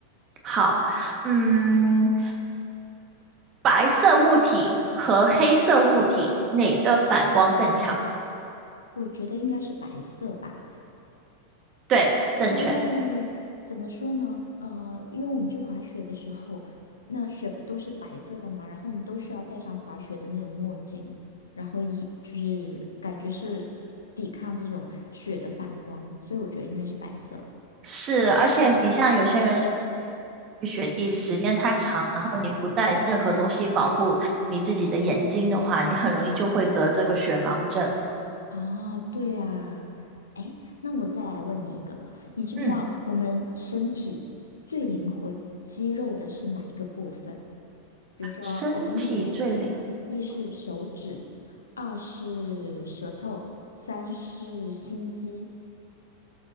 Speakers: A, on the right (about 30°); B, on the left (about 75°).
A: 好，嗯，白色物体和黑色物体哪个反光更强？
B: 我觉得应该是白色吧。
A: 对，正确。
B: 因为怎么说呢？呃，因为我们去滑雪的时候，那雪不都是白色的嘛，然后我们都需要戴上滑雪的那种墨镜，然后一就是感觉是抵抗这种雪的反光，所以我觉得应该是白色。
A: 是，而且你像有些人去雪地时间太长，然后你不带任何东西保护你自己的眼睛的话，你很容易就会得这个雪盲症。
B: 哦，对啊，哎，那我再来问你一个，你知不知道我们身体最灵活肌肉的是哪一个部分？
A: 嗯，
B: 比如说，
A: 身体最灵，
B: 我给你几个选择：一是手指，二是舌头，三是心肌。